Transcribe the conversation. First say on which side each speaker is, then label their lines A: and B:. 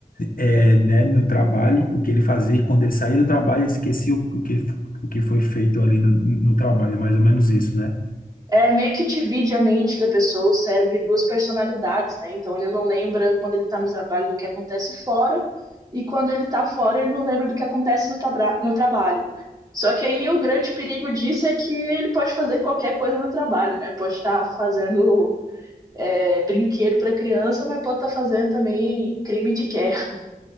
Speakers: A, on the left (about 75°); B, on the right (about 25°).
A: é, né? No trabalho, o que ele fazia. E quando ele saía do trabalho, ele esquecia o, o que o que foi feito ali no, no trabalho, é mais ou menos isso, né?
B: É meio que divide a mente da pessoa, o cérebro, em duas personalidades, né? Então ele não lembra quando ele tá no trabalho do que acontece fora, e quando ele tá fora, ele não lembra do que acontece no, tabra- no trabalho. Só que aí o grande perigo disso é que ele pode fazer qualquer coisa no trabalho, né? Pode estar fazendo é, brinquedo para criança, mas pode estar tá fazendo também crime de guerra.